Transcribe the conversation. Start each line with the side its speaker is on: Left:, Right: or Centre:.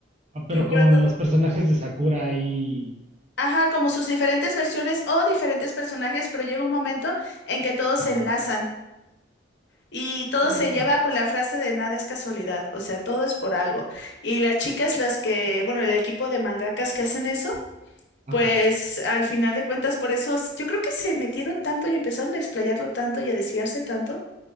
Right: Ah,
Left: Y
Right: Pero
Left: pero
Right: con
Left: todo-
Right: los personajes de Sakura ahí
Left: Ajá, como sus diferentes versiones o diferentes personajes, pero llega un momento en que todos
Right: Ajá,
Left: se enlazan. Y todo
Right: Mm,
Left: se lleva con la frase de nada es casualidad, o sea, todo es por algo. Y las chicas, las que, bueno, el equipo de mangakas que hacen eso,
Right: ajá,
Left: Pues al final de cuentas, por eso s- yo creo que se metieron tanto y empezaron a explayarlo tanto y a desviarse tanto